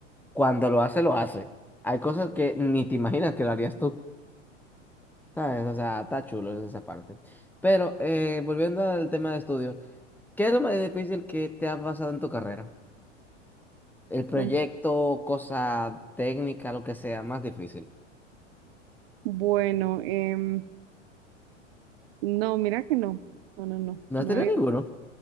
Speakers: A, in the centre; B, on the right.
A: Cuando lo hace, lo hace. Hay cosas que ni te imaginas que lo harías tú. ¿Sabes? O sea, está chulo en esa parte. Pero eh, volviendo al tema de estudios, ¿qué es lo más difícil que te ha pasado en tu carrera? El proyecto,
B: No.
A: cosa técnica, lo que sea, más difícil.
B: Bueno, em, no, mira que no. No, no, no.
A: ¿No has
B: No
A: tenido
B: había.
A: ninguno?